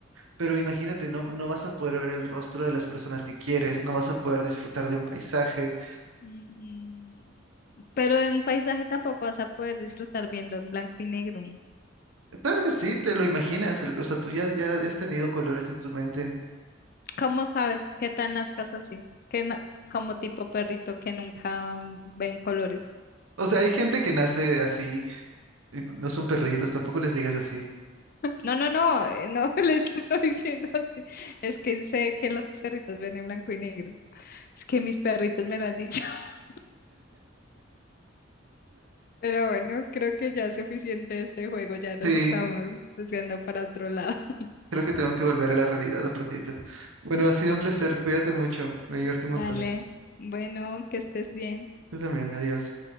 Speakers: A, on the right; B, on the left.
A: pero imagínate, no, no vas a poder ver el rostro de las personas que quieres, no vas a poder disfrutar de un paisaje
B: Mm, Pero en un paisaje tampoco vas a poder disfrutar viendo en blanco y negro.
A: Claro que sí, te lo imaginas, el- o sea, tú ya, ya has tenido colores en tu mente.
B: ¿Cómo sabes qué tal las casas así? Que na- como tipo perrito que nunca ven colores.
A: O sea, hay gente que nace así, y no son perritos, tampoco les digas así.
B: No, no, no, eh, no <laughs> les estoy diciendo así. Es que sé que los perritos ven en blanco y negro. Es que mis perritos me lo han dicho. <laughs> Pero bueno, creo que ya es suficiente de este juego. Ya nos
A: Sí,
B: estamos desviando para otro lado. <laughs>
A: creo que tengo que volver a la realidad un ratito. Bueno, ha sido un
B: Bueno,
A: placer, cuídate mucho, me divertí un
B: dale.
A: montón.
B: Bueno, que estés bien.
A: Tú también, adiós.